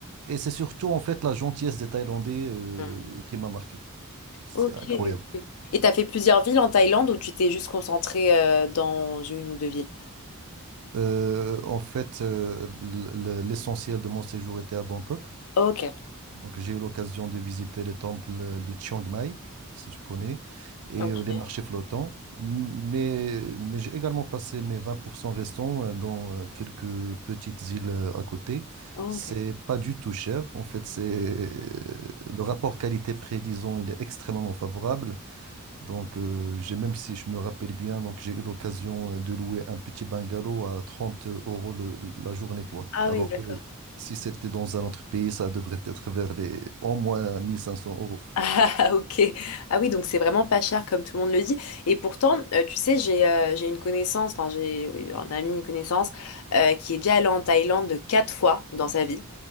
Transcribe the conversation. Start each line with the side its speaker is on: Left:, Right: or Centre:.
Right: Et c'est surtout en fait la gentillesse des Thaïlandais euh,
Left: Mm.
Right: qui m'a marqué. C'est
Left: Ok.
Right: incroyable.
Left: ok. Et t'as fait plusieurs villes en Thaïlande ou tu t'es juste concentré euh, dans une ou deux villes?
Right: Euh, en fait, euh, l- l- l'essentiel de mon séjour était à Bangkok.
Left: Ok.
Right: Donc, j'ai eu l'occasion de visiter les temples de Chiang Mai, si tu connais, et
Left: Ok.
Right: euh, les marchés flottants. M- Mais, mais j'ai également passé mes 20% restants euh, dans euh, quelques petites îles euh, à côté.
Left: Oh,
Right: C'est
Left: ok.
Right: pas du tout cher. En fait, c'est <laughs> le rapport qualité-prix, disons, il est extrêmement favorable. Donc, euh, j'ai même si je me rappelle bien, donc j'ai eu l'occasion euh, de louer un petit bungalow à 30 euros le- la journée, quoi.
Left: Ah
Right: Alors
Left: oui, d'accord.
Right: que si c'était dans un autre pays, ça devrait être vers les au moins 1500 euros.
Left: Ah, <laughs> ok. Ah oui, donc c'est vraiment pas cher comme tout le monde le dit. Et pourtant, euh, tu sais, j'ai euh, j'ai une connaissance, enfin j'ai oui, un ami, une connaissance, euh, qui est déjà allé en Thaïlande quatre fois dans sa vie.